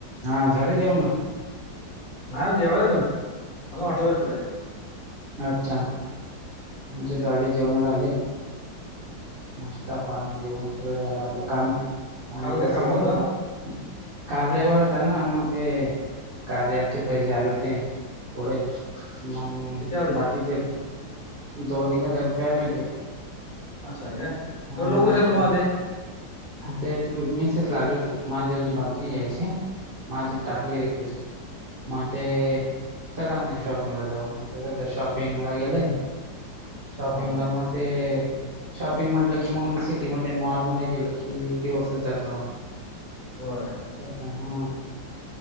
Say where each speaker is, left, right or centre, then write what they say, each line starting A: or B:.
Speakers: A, on the right; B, on the left.
A: हा झालं जेवण.
B: नाही जेवाय अजून अजून हॉटेल वरतीच आहे.
A: अच्छा. आमचे झाले जेवणं झाले. नाश्ता पाणी जेवण सगळ झालं आता काम आमाला
B: काल काय
A: बसायच
B: कामा होतं
A: आता काल रविवारी होता ना मग ते कार्याचे पैसे आले होते थोडे मंग
B: इथे आलते
A: बाकीचे दोन एक हजार रुपये आले होते.
B: असं आहे
A: हा
B: का लोक
A: मगं
B: कसे आहे
A: केलो.
B: तुम्हाला ते
A: ते मिसेस ला आले होते माझे अजून बाकी हे यायचे. माझी
B: अच्छा
A: भी टाकली
B: अच्छा
A: रिक्वेस्ट. मग ते चला म्हणे शॉपिंगला जाऊ मग ते सगडे शॉपिंगला गेले. शॉपिंगला
B: हां हां
A: मग ते शॉपिंग म्हटलं की मग सिटी मध्ये मॉलमध्ये गेलं की दिवसच जातो मग
B: होय
A: हो का हा..